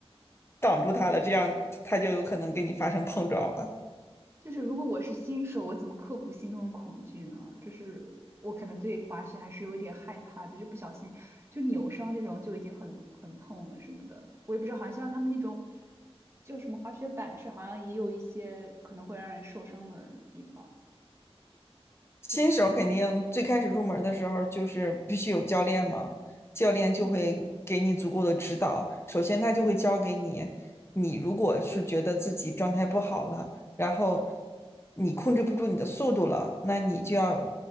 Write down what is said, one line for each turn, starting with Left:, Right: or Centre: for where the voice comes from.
Left: 挡住他了，这样他就有可能跟你发生碰撞了。
Right: 就是如果我是新手，我怎么克服心中的恐惧呢？就是我可能对滑雪还是有一点害怕的，就不小心就扭伤那种就已经很很痛了什么的。我也不知道，好像他们那种叫什么滑雪板是好像也有一些可能会让人受伤的地方。
Left: 新手肯定最开始入门的时候就是必须有教练嘛，
Right: 对，
Left: 教练就会给你足够的指导。
Right: 嗯，
Left: 首先，他就会教给你，你如果是觉得自己状态不好了，然后你控制不住你的速度了，那你就要